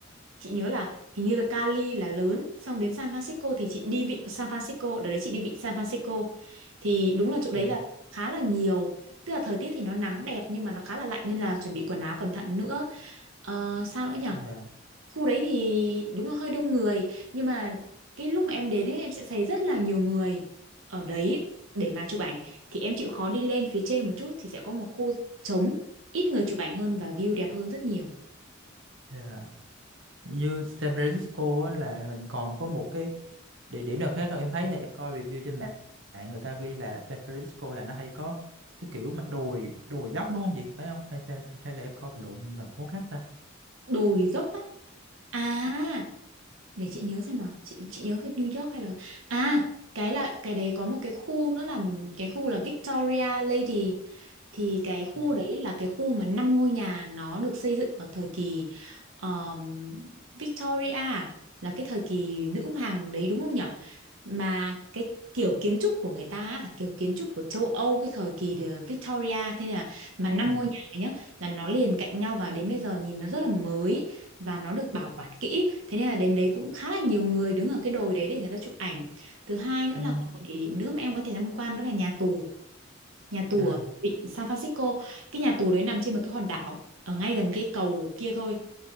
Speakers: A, on the right; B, on the right.
A: chị nhớ là hình như là Cali là lớn, xong đến San Francisco thì chị đi vịnh San Francisco, đợt đấy chị đi vịnh San Francisco. Thì đúng là chỗ đấy
B: Dạ.
A: là khá là nhiều. Tức là thời tiết thì nó nắng đẹp nhưng mà nó khá là lạnh nên là chuẩn bị quần áo cẩn thận nữa. Ờ, sao nữa nhỉ?
B: dạ.
A: khu đấy thì đúng là hơi đông người nhưng mà cái lúc mà em đến ấy em sẽ thấy rất là nhiều người ở đấy để mà chụp ảnh thì em chịu khó đi lên phía trên một chút thì sẽ có một khu trống ít người chụp ảnh hơn và view đẹp hơn rất nhiều
B: Yeah. Như San Francisco á, là mình còn có một cái địa điểm nào khác không? Em thấy là em coi review trên mạng mạng người ta ghi là San Francisco là nó hay có cái kiểu mà đồi đồi dốc đúng không chị? Phải không? Hay sao chị? Hay là em coi lộn thành phố khác ta?
A: đồi dốc á à để chị nhớ xem nào chị chị nhớ về New York hay là à cái là cái đấy có một cái khu nữa là cái khu là Victoria Lady thì cái khu
B: Dạ,
A: đấy là cái khu mà năm ngôi nhà nó được xây dựng ở thời kỳ um, Victoria à? là cái thời kỳ nữ hoàng đấy đúng không nhỉ mà cái kiểu kiến trúc của người ta á, là kiểu kiến trúc của châu Âu cái thời kỳ the Victoria thế nên là mà năm
B: dạ.
A: ngôi nhà này nhá là nó liền cạnh nhau vào đến bây giờ nhìn nó rất là mới và nó được bảo quản kỹ thế nên là đến đấy cũng khá là nhiều người đứng ở cái đồi đấy để người ta chụp ảnh thứ hai nữa
B: Ừ.
A: là còn một địa điểm nữa mà em có thể tham quan đó là nhà tù nhà tù
B: À,
A: ở vịnh San Francisco cái nhà tù đấy nằm trên một cái hòn đảo ở ngay gần cái cầu kia thôi